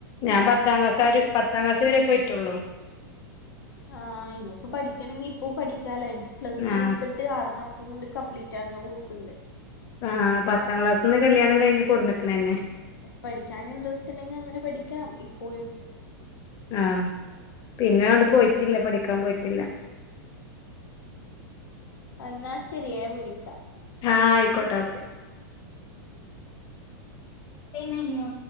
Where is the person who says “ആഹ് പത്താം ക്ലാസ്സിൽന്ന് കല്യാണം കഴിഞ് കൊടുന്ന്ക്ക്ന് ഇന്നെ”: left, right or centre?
Left